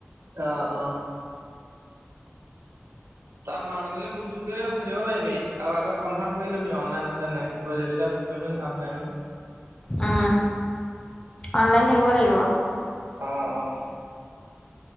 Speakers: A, on the right; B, on the left.
A: অ অ তই মাজনিলে ফোন চোন কৰি অ সুধিব পাৰিবি আৰু আগত কনফাৰ্ম কৰি লবি অনলাইন আছে নাই যেতিয়া তেতিয়া ফোন কৰিলে লাভ নাই ন
B: অ অনলাইন থাকিব লাগিব
A: অ অ